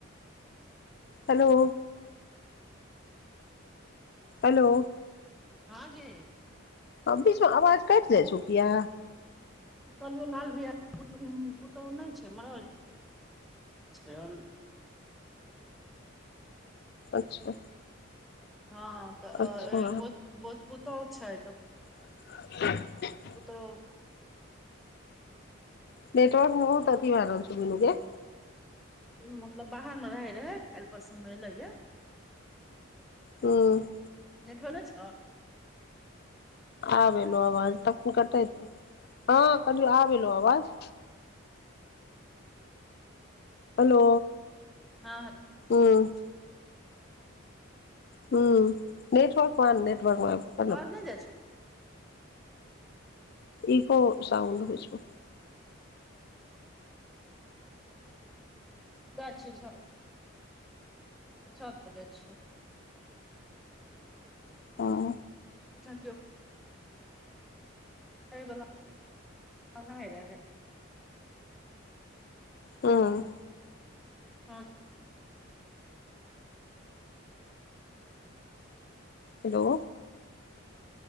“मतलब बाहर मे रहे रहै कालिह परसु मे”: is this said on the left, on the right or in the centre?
Centre